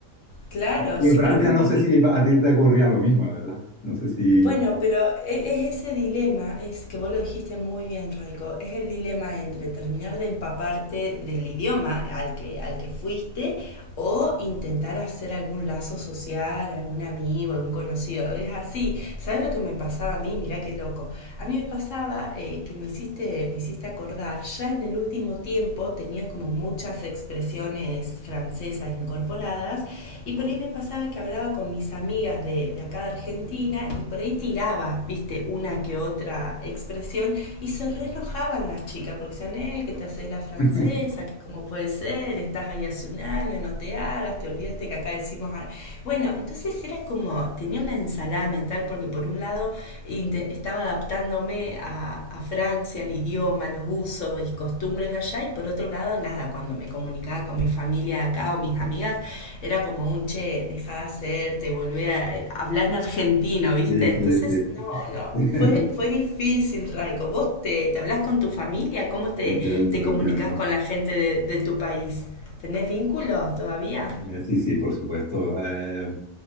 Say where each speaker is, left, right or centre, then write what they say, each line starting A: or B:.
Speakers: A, on the left; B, on the left.
A: claro,
B: Y
A: sí,
B: en Francia
A: pero es un...
B: no sé si a ti te ocurría lo mismo, la verdad. No sé si...
A: Bueno, pero e- es ese dilema, es que vos lo dijiste muy bien, Raico, es el dilema entre terminar de empaparte del idioma al que, al que fuiste o intentar hacer algún lazo social, algún amigo, algún conocido. Es así. ¿Sabes lo que me pasaba a mí? Mirá qué loco. A mí me pasaba eh, que me hiciste, me hiciste acordar, ya en el último tiempo tenía como muchas expresiones francesas incorporadas Y por ahí me pasaba que hablaba con mis amigas de, de acá de Argentina y por ahí tiraba, viste, una que otra expresión y se re enojaban las chicas porque decían, eh, que te haces la francesa,
B: <laughs>
A: que cómo puede ser, estás ahí hace un año, no te hagas, te olvidaste que acá decimos... a-". Bueno, entonces era como, tenía una ensalada mental porque por un lado inte- estaba adaptándome a, a Francia, el idioma, los usos y costumbres de allá y por otro lado nada, cuando me comunicaba con mi familia acá o mis amigas era como un che, dejá de hacerte, volvé a eh, hablar en argentino, ¿viste?
B: Sí, sí,
A: Entonces,
B: sí.
A: no, no,
B: <laughs>
A: fue, fue difícil, Raico. ¿Vos te, te hablás con tu familia? ¿Cómo te,
B: Te entiendo,
A: te
B: te
A: comunicas
B: entiendo.
A: con la gente de, de tu país? ¿Tenés vínculos todavía?
B: Eh, sí, sí, por supuesto. Eh,